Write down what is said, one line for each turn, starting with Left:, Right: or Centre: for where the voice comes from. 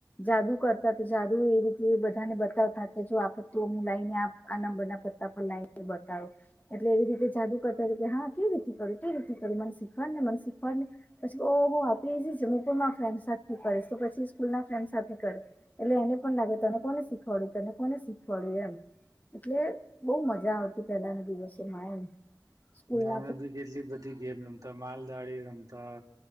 Left: જાદુ કરતા, તો જાદુ એ રીતે બધાને બતાવતા કે જો આ પત્તું લઈને આ નંબર ના પત્તા પર લાઈને બતાવો એટલે, એવી રીતે જાદુ કરતા હતા. કે હા કેવી રીતે કર કેવી રીતે મન શીખવાડ ને મને શીખવાડ ને પછી ઓહ આટલું ઈજી છે. હું પણ મારા ફ્રેન્ડ સાથે કરીશ. તો પછી સ્કૂલ ના ફ્રેન્ડ સાથે કરે, એટલે એને પણ લાગે તને કોને શીખવાડ્યું તને કોને શીખવાડ્યું? એમ એટલે બોવ મજા આવતી. પેલાના દિવસેમાં એમ સ્કૂલ ના
Right: અમે બી કેટલી બધી ગેમ રમતા માલધાારી રમતા